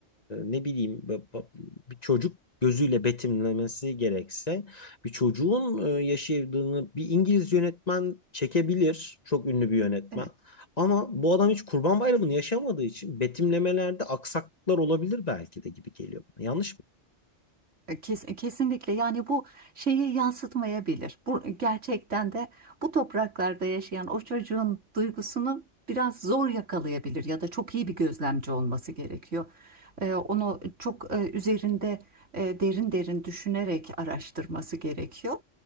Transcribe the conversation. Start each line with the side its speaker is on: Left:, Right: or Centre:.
Left: ne bileyim b- b- bir çocuk gözüyle betimlemesi gerekse bir çocuğun e, yaşadığını bir İngiliz yönetmen çekebilir. Çok ünlü bir yönetmen.
Right: evet.
Left: Ama bu adam hiç Kurban Bayramı'nı yaşamadığı için betimlemelerde aksaklıklar olabilir belki de gibi geliyor bana. Yanlış mı?
Right: E, Kes- e, Kesinlikle yani bu şeyi yansıtmayabilir. Bu e, gerçekten de bu topraklarda yaşayan o çocuğun duygusunu biraz zor yakalayabilir ya da çok iyi bir gözlemci olması gerekiyor. Ee, onu çok e, üzerinde e, derin derin düşünerek araştırması gerekiyor.